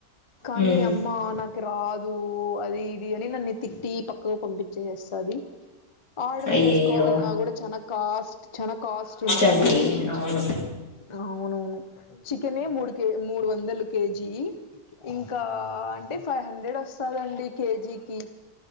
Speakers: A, on the left (about 25°); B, on the left (about 55°).
A: కానీ
B: హ్మ్
A: అమ్మ నాకు రాదు అది ఇది అని నన్ను తిట్టి పక్కకు పంపించేస్తా అది ఆర్డర్
B: అయ్యయ్యో
A: చేసుకోవాలన్నా కూడా చాల కాస్ట్ చాల కాస్ట్ ఉంటుది
B: అండి
A: అది
B: అవును
A: అవునవును చికెనే మూడు కే మూడు వందలు కేజీ ఇంకా అంటే ఫైవ్ హండ్రెడ్ వస్తదండి కేజీకి